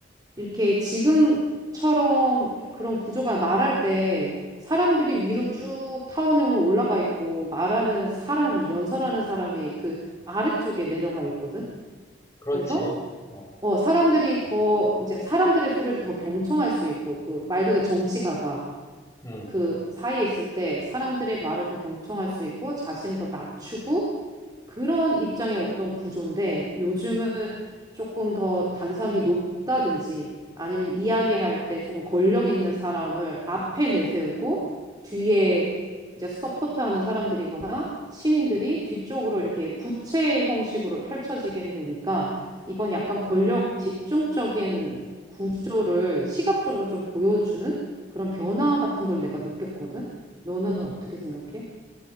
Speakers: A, on the right; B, on the left.
A: 이렇게 지금처럼 그런 구조가 말할 때 사람들이 위로 쭉 타원형으로 올라가 있고 말하는 사람이 연설하는 사람이 그 아래쪽에 내려가 있거든.
B: 그렇지.
A: 그래서
B: 어,
A: 어, 사람들이 더, 이제 사람들의 소리를 더 경청할 수 있고, 그 말 그대로 정치가가
B: 음,
A: 그 사이에 있을 때 사람들의 말을 더 경청할 수 있고, 자신을 더 낮추고, 그런 입장의 어떤 구조인데 요즘은 조금 더 단상이 높다든지 아니면 이야기할 때 조금 권력 있는 사람을 앞에 내세우고 뒤에 이제 서포트하는 사람들이거나 시민들이 뒤쪽으로 이렇게 부채 형식으로 펼쳐지게 되니까 이건 약간 권력 집중적인 구조를 시각적으로 좀 보여주는 그런 변화 같은 걸 내가 느꼈거든. 너는 어떻게 생각해?